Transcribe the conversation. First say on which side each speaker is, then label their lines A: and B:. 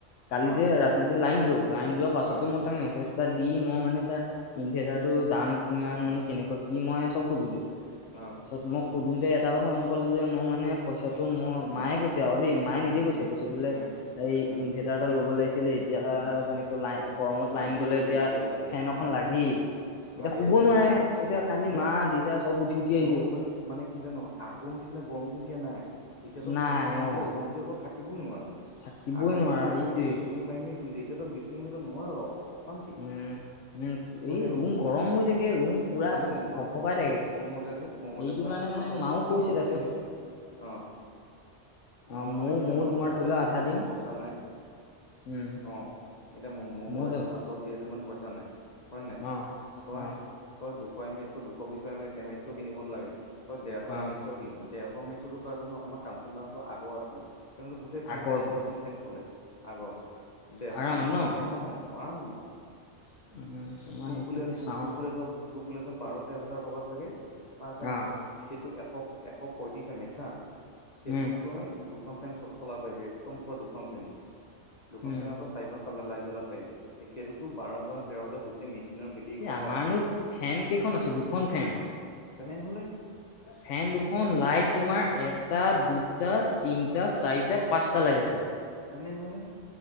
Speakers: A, on the left (about 80°); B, on the left (about 40°).
A: কালি
B: অ
A: যে ৰাতি দি যে লাইন গ'ল, লাইন যোৱাৰ পাছতে
B: অ
A: মই তাক মেছেজ এটা দি মই মানে তাৰ ইনৰ্ভাটাৰটো দাম কিমান
B: অ
A: মানে কেনেকুৱা কি মই চব সুধিলো।
B: অ'।
A: তাৰপাছত মই সুধোঁতে এটা কথা গম পালোঁ যে মই মানে পইচাটো মই
B: উম
A: মায়ে কৈছে আৰু দেই, মায়ে নিজে
B: উম
A: কৈছে,
B: উম
A: কৈছে বোলে
B: উম
A: এই
B: উম
A: ইনভাৰ্টাৰ এটা ল'ব লাগিছিলে এতিয়া
B: উম
A: যেনেক লাই গৰমত
B: লাগে
A: লাইন গ'লে,
B: ঐ
A: এতিয়া
B: লাগে লাগে
A: ফেন এখন
B: উম
A: লাগেই। এতিয়া
B: লাগে
A: শুব
B: ঐ
A: নোৱাৰে
B: লাগে
A: এতিয়া, কালি
B: হেত
A: মা- দেউতা চব উঠি, উঠি আহিছে।
B: নহয় মানে মানে কি জানো আগৰ নিচিনা গৰমটো এতিয়া নাই। এতিয়াতো
A: নাই
B: ফেনখন হ'লতো
A: অ
B: ৰুমৰ ভিতৰতো থাক থাকিবই নোৱাৰ
A: থাকিবই
B: আগৰ
A: নোৱাৰা
B: মানুহেটো
A: সেইটোৱেই
B: তোৰ বিচনী মাৰি, মাৰি শুইছিল এতিয়াতো বিচ টো নোৱাৰ, অশান্তি
A: উম উম
B: হয়,
A: এই
B: নাই ক'চোন?
A: ৰুম গৰম হৈ থাকি কে ৰুম। পুৰা
B: গৰম হৈ যাই নোৱাৰ,
A: ভক ভকাই থাকে
B: মোৰ মতে যে মোৰ
A: সেইটো
B: মতে চা
A: কাৰণে মানে
B: হাতত,
A: মাও
B: হাতত
A: কৈছে তাৰপিছত
B: যি অ'।
A: অ
B: মোৰ
A: ময়ো
B: মতে কি
A: ময়ো
B: জানো
A: তোমাৰ
B: হাতত
A: ধৰি লোৱা
B: যিহেতু
A: আধা
B: ইমান
A: দিম
B: পইচা নাই
A: উম
B: অ', এতিয়া মোৰ মো-মো-মোতো
A: ময়ো তেন
B: হাতত যিহেতু ইমান পইচা নাই, হয় নাই
A: অ
B: তই
A: অ
B: তই দুশ এম এচ' দুশ বিশ এ এম এচ' কিনিব নালাগে, তই ডেৰশ
A: অ
B: এম এচ' কিন, ডেৰ <unintelligible> কাৰ জান' আমাৰ কাঞ্চন দাহতৰ আগৰ আছিলে, কিন্তু গোটেই ফেন
A: আগৰ
B: চাৰি
A: ন
B: পাঁচখন ফেন চলে। আগৰো দেৰশ
A: আৰামত
B: এম এচৰ
A: ন
B: বেয়া নহয়, আৰামৰ
A: <inaudible>
B: তোক বোলেতো
A: চাওঁ
B: তোক বোলে ধ তোক বোলে ধৰক বাৰ তেৰ হাজাৰ টকাত লাগে <unintelligible>
A: অ
B: সেইটো এশ, এশ পয়ত্ৰিশ এম এচ হা, সেইটোত
A: উম
B: তই দুখন ফেন চ-চলাব পাৰিবি, একদম পুৰা দুখন ফেন, দুখন
A: উম
B: ফেনতো চাৰি পাঁচটা লাইট জ্বলাব পাৰিবি সেইটোতো বাৰ হাজাৰ, তেৰ হাজাৰ গোটেই মেচিনৰ বেটৰীসহ
A: এই আমাৰনো
B: আহে।
A: ফেন কেইখন আছে? দুখন ফেন!
B: তেনেহলে
A: ফেন দুখন, লাইট তোমাৰ এটা দুটা তিনিটা চাৰিটা পাঁচটা লাইট আছে।
B: তেনেহ'লে?